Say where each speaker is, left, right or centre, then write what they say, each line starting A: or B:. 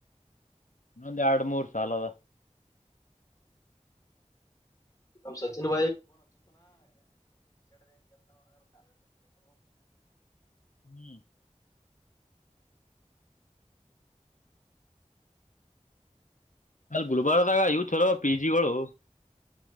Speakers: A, on the left; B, on the left.
A: ಇನ್ನೊಂದ್ ಎರಡು ಮೂರ್ ಸಾಲದ
B: ನ ಸಚಿನ್ <inaudible>
A: ಹ್ಮ್ ಅಲ್ಲಿ ಗುಲ್ಬಾರದಾಗ ಇವು ಚಲೋ ಪಿ ಜಿಗಳುಗಳುು